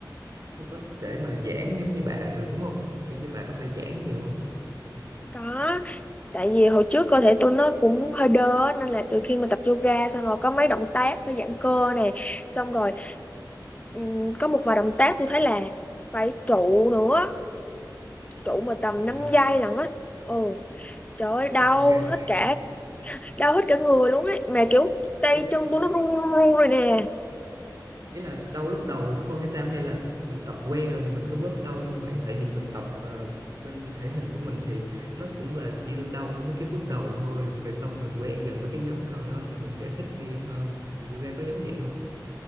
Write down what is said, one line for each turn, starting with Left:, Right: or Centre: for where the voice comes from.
Right: không có thể mà giãn giống như bà được đúng không kiểu như bà có phải giãn nhiều không
Left: có. Tại vì hồi trước cơ thể tôi nó cũng hơi đơ á, nên là từ khi mà tập yoga xong rồi có mấy động tác phải giãn cơ nè, xong rồi ừm, có một vài động tác tôi thấy là phải trụ nữa trụ mà
Right: à
Left: tầm 5 giây lận á ồ trời ơi đau
Right: yoga
Left: hết cả đau hết cả người luôn á mà kiểu tay
Right: Ủa,
Left: chân của nó run run run rồi nè
Right: ý là đau lúc đầu không hay sao hay là mình tập quen rồi thì mình có bớt đau hay không bạn tại vì mình tập ờ, bên thể hình của mình thì nó cũng là chỉ là đau mấy cái bước đầu thôi về sau thì mình quen dần với cái nhóm cơ đó thì mình sẽ thích nghi hơn thì yoga có giống vậy không